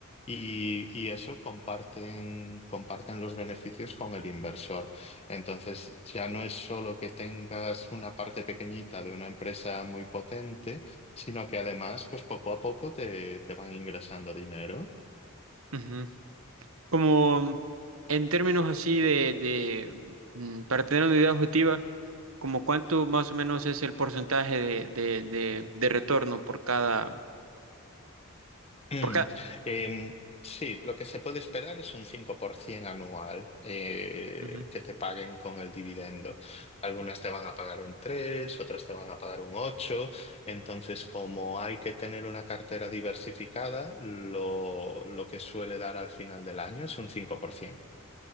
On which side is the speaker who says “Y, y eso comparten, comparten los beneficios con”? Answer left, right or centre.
Left